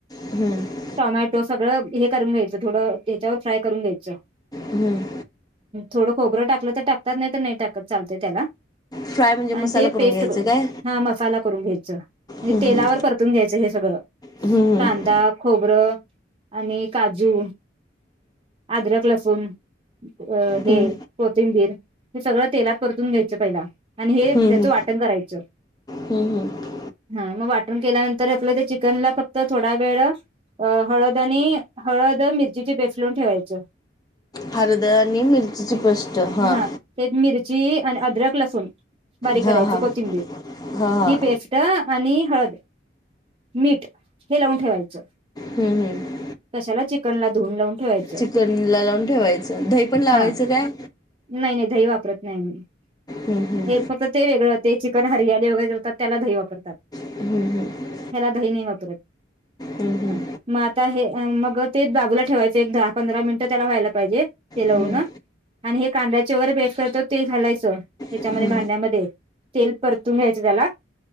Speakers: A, on the left; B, on the right.
A: हम्म.
B: टोमॅटो सगळं हे करून घ्यायचं, थोडं त्याच्यावर फ्राय करून घ्यायचं
A: हम्म.
B: थोडं खोबरं टाकलं तर टाकतात, नाही तर नाही टाकत. चालतय त्याला
A: फ्राय म्हणजे मसाला
B: अंत ते पेस्ट
A: घ्यायचं
B: करून,
A: काय
B: हा मसाला साला करून घ्यायच. म्हणजे
A: हम्म
B: तेलावर परतून घ्यायचं हे सगळं
A: हम्म
B: कांदा
A: हम्म
B: खोबरं आणि काजू, आद्रक, लसूण अ हे
A: हम्म
B: कोथिंबीर हे सगळं तेलात परतून घ्यायचं पहिला. आणि हे त्याचं
A: हम्म
B: वाटण करायचं.
A: हम्म हम्म
B: हा मग वाटण केल्यानंतर, आपलं त्या चिकनला फक्त थोडा वेळ अ हळद आणि हळद, मिरचीची पेस्ट लावून ठेवायच.
A: हळद आणि मिरचीची पेस्ट, हां.
B: हा ते मिरची आणि अद्रक, लसूण बारीक
A: हां
B: करायचं
A: हां
B: कोथिंबीर
A: हां हां
B: ही पेस्ट आणि हळद, मीठ हे लावून ठेवायचं.
A: हम्, हम्.
B: कशाला चिकनला, धुून लावून ठेवायचं.
A: चिकनला लावून ठेवायचं. दही पण लावायचं
B: हा
A: काय.
B: नाही नाही दही वापरत नाही. आम्ही
A: हम्म हम्म
B: हे फक्त ते वेगळं ते चिकन हरियाणी वगैरेतात त्याला दही वापरतात.
A: हम्म हम्
B: ह्याला दही नाही वापरत.
A: हम्म
B: हा मग आता हे मग तेच बाजूला ठेवायचं. एक दहा, पंधरा मिनिटं त्याला व्हायला पाहिजे. हे लावू
A: हम्म
B: ना, आणि हे कांद्याच्या वगैरे पेस्ट करतो ते घालायचं त्याच्यामध्ये
A: हम्म
B: भांड्यामध्ये तेल परतून घ्यायचं त्याला